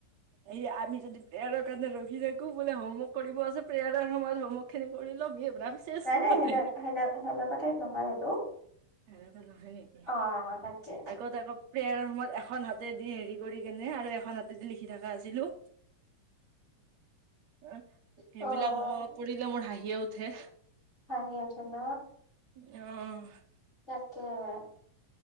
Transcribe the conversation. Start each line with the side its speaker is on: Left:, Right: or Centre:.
Right: এই আমি যদি প্ৰেয়াৰৰ কাৰণে ৰখি থাকো বোলে হোমৱৰ্ক কৰিব আছে, প্ৰেয়াৰৰ সময়ত হোমৱৰ্ক ক খিনি কৰি লম, হে ৰাম। চেচ
Left: নাই,
Right: মুঠতে
Left: নাই, সেনে সেনে সেনেকুৱা টাইপ নহয় হেইটো।
Right: সেনেকুৱা নহয় নেকি?
Left: অ', তাকে।
Right: আগত আকৌ, প্ৰেয়াৰৰ সময়ত এখন হাতেদি হেৰি কৰি কেনে আৰু এখন হাতেদি লিখি থকা আছিলোঁ। এ সেইবিলাক
Left: অ',
Right: মনত পৰিলে মোৰ হাঁহিয়ে উঠে।
Left: হাঁহি উঠে ন?
Right: অ'।
Left: তাকেহে।